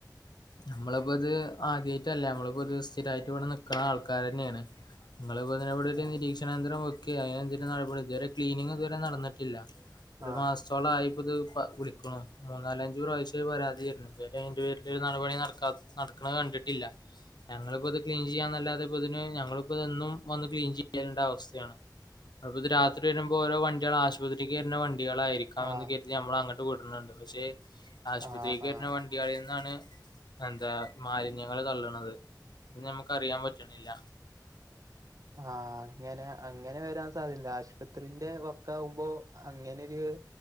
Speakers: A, on the left (about 80°); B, on the right (about 50°).
A: നമ്മളിപ്പോ അത് ആദ്യമായിട്ടല്ല നമ്മളിപ്പോ സ്ഥിരമായിട്ട് ഇവിടെ നിക്കണ ആൾക്കാാര് തന്നെയാണ് നിങ്ങൾ ഇതിനവിടെ ഒരു
B: ആ
A: നിരീക്ഷണാന്ന്തരം വെക്കെ അതിനെന്ത നടപടി ഇതുവരെ ക്ലീനിങ്് ഇതുവരെ നടന്നിട്ടില്ല ഒരു
B: ആ
A: മാസത്തോളം ആയിപ്പത് വിളിക്കണ് മൂന്ന നാലഞ്ചു പ്രാവശ്യം പരാതിയായിരുന്നു ഇതുവ അന്റെ പേരിൽ നടപടി നടക്കാ നടക്കണ കണ്ടിട്ടില്ല ഞങ്ങളിപ്പോ അത് ക്ലീൻ ചെയ്യാന്നല്ലാതെ ഇപ്പ ഇതിന് ഞങ്ങളിപ്പോ ഇതും വന്ന് ക്ലീൻ ചെയ്യാണ്ട അവസ്ഥയാണ് അ രാത്രി വരുമ്പോൾ ഓരോ വണ്ടികൾ ആശുപത്രിക്ക് വരുന്ന വണ്ടികളായിയിരിക്കാം
B: ആ
A: എന്ന് ക നമ്മൾ അങ്ങോട്ട് ണ്ട് പക്ഷെ ആശുപത്രിക്ക്
B: ആ ആ
A: വരുന്ന വണ്ടിയളിൽ നിന്നാണ് എന്താ മാലിന്യങ്ങള്ൾ തള്ളണത് അ നമുക്ക് അറിയാൻ പറ്റുന്നില്ല
B: ആഹ അങ്ങനെ അങ്ങനെ വരാൻ സാധ്യണ്ട് ആശുപത്രിന്റെ വക്ക ആകുമ്പോ അങ്ങനെരു